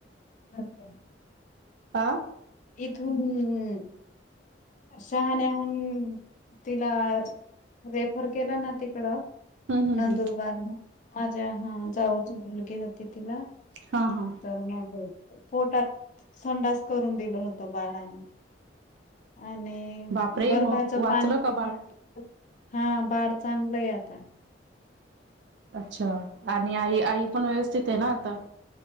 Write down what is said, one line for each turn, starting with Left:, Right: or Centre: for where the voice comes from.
Left: ह का
Right: बा
Left: येथून ह्म हम्म शहाण्याहून तिला रेफर केला ना तिकडं
Right: हम्म
Left: नंदुरबारला
Right: हम्म.
Left: माझ्या हा जाऊची मुलगी होती तिला
Right: हां हां
Left: तर मग पोटात संडास करून दिलं होत बाळाने आणि
Right: बापरे
Left: गर्भाचं
Right: मग वाचलं
Left: पाणी
Right: का
Left: क
Right: बाळ?
Left: हा बाळ चांगलंय आता
Right: अच्छा आणि आई आई पण व्यवस्थित आहे ना आता